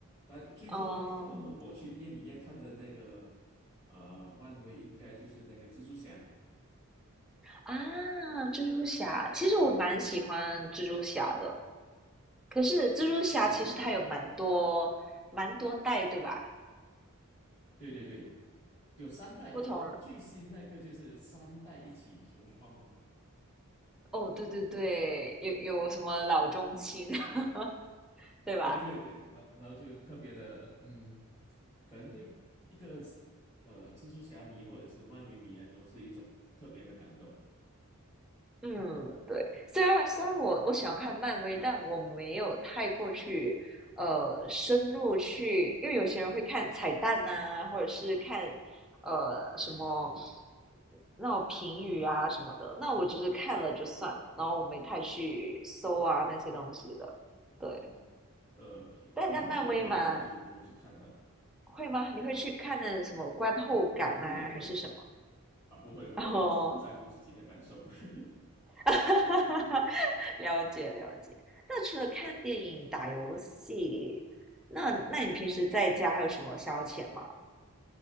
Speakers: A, on the left; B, in the centre.
A: 但最后一刻我去电影院看的那个，
B: 哦
A: 呃，漫威应该就是那个蜘蛛侠，
B: 啊，蜘蛛侠，其实我蛮喜欢蜘蛛侠的，可是蜘蛛侠其实它有蛮多蛮多代，
A: 嗯。
B: 对吧？
A: 对对对，有三代，
B: 不同人
A: 就最新那个就是三代一起同框嘛。
B: 哦，对对对，有有什么老中青，<laughs> 对吧？
A: 对对对，然后然后就特别的，嗯，可能对一个呃蜘蛛侠迷或者是漫威迷来说是一种特别的感动。
B: 嗯，对。虽然虽然我我想要看漫威，但我没有太过去呃深入去，因为有些人会看彩蛋呐、或者是看呃什么
A: 对对对，
B: 那种评语啊什么的。那我只是看了就算了，然后我没太去搜啊那些东西的。对，
A: 呃，评评语的话我就不会去看了
B: 但但漫威嘛，会吗？你会去看那什么观后感呐、
A: 啊，不会不会
B: 还是什么？
A: 啊，不会不会，
B: 哦，
A: 我只在乎自己的感受。<laughs>
B: <laughs> 了解了解。那除了看电影、打游戏，那那你平时在家还有什么消遣吗？